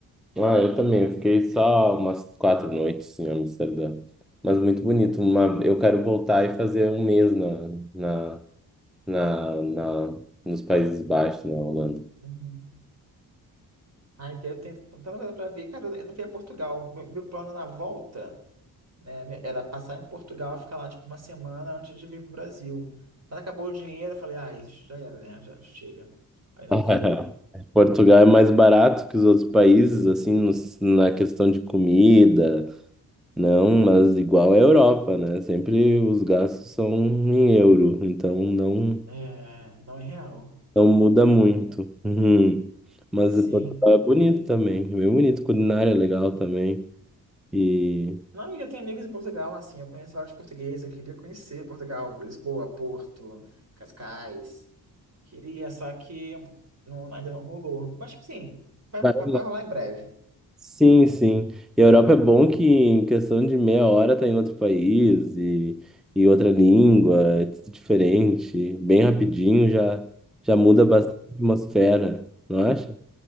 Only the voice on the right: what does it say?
Uhum. Ai, que eu tenho tanta coisa pra ver. Cara, eu não fui a Portugal. Meu, meu plano na volta, né, me- era passar em Portugal e ficar lá, tipo, uma semana antes de vir pro Brasil. Mas acabou o dinheiro, eu falei, ah, isso já era, né? Já chega. Aí não
fui.
É, não é real.
Sim.
Não, e eu tenho amigos em Portugal, assim, eu conheço vários portugueses, eu queria conhecer Portugal, Lisboa, Porto, Cascais. Queria, só que não, ainda não rolou. Mas, tipo assim, vai,
vai,
vai rolar em breve.
É.